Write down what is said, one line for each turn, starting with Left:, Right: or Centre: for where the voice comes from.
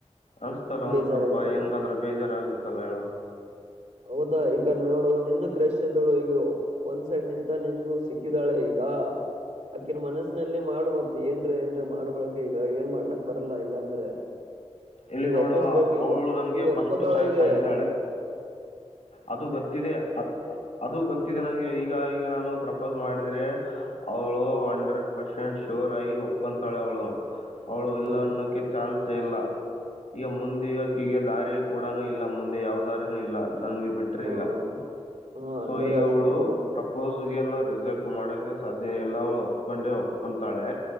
Left: ಅನ್ಸ್ತಲ್ಲ
Right: ಬೇಜಾರಾಗುತ್ತದೆ
Left: ಒಂದ್ ಸ್ವಲ್ಪ ಹೆಂಗಾದ್ರೂ ಬೇಜಾರಾಗಗುತ್ತೆ ತಲಯಳ <unintelligible>
Right: ಹೌದಾ ಈಗ ನೋಡು ನಿನ್ನ ಕ್ರಶ್ ಇದ್ದೋಳು ಈಗ ಒಂದ್ ಸೈಡ್ ನಿಂತ ನಿನ್ಗೂ ಸಿಕ್ಕಿದಾಳೆ ಈಗ ಆಕಿನ್ ಮನಸ್ನಲ್ಲಿ ಮಾಡು ಮತ್ ಏಂಡ್ರೆ ಏಂಡ್ರೆ ಮಾಡ್ಬಕ್ ಈಗ ಏನ್ ಮಾಡ್ಲಕ್ ಬರಲ್ಲಾ ಇಲ್ಲಾಂದ್ರೆ.
Left: ಇಲ್ಲಿ
Right: ಈಗ ವಾಪಸ್ಬೇಕು
Left: ನೋಡು
Right: ಈಗ
Left: ಅವಳು ನನಗೆ
Right: ಈಗ ಒಪ್ಕೊತಾಳೆ
Left: ಫಸ್ಟ್ ಚಾಯ್ಸ್
Right: ಈಗ
Left: ಆಗಿದ್ದಾಳೆ
Right: ಅಂಡೆ.
Left: ಅದು ಗೊತ್ತಿದೆ ಅದು
Right: ಹ್ಮ
Left: ಗೊತ್ತಿದೆ
Right: ಮತ್
Left: ನನ್ಗೆ ಈಗ ಈಗ ನಾನು ಪ್ರಪೋಸ್ ಮಾಡ ಆದ್ರೆ ಅವಳು ಹಂಡ್ರೆಡ್ ಪರ್ಸೆಂಟ್ ಶೋರ್ ಆಗಿ ಒಪ್ಂತಾಳೆ ಅವಳು ಅವಳು ಇಲ್ಲ
Right: ಹ
Left: ಅನ್ನೋಕ ಚಾನ್ಸೇ ಇಲ್ಲ <unintelligible> ಈಗ ಮುಂದೆ ಇಕ ಈಗ ದಾರಿ ಕೂಡನು ಇಲ್ಲ ಮುಂದೆ ಯಾವ್ ದಾರಿನೂ ಇಲ್ಲ ನನ್ಗೆ ಬಿಟ್ರೆ
Right: ಹ ಹ
Left: ಈಗ
Right: ಹ
Left: ಸೊ
Right: ಅದರ
Left: ಈಗ
Right: ಐತಿ
Left: ಅವಳು
Right: ಬಿಡು
Left: ಪ್ರಪೋಐ <unintelligible> ಸ್ ಗಿಯನ್ನು ರಿಸೆಕ್ಟ್ ಮಾಡಕ್ಕೆ ಸಾದ ಎಲ್ಲಳ ಒಪ್ಕೊಂಡೆ ಒಪ್ಕೊತಾಳೆ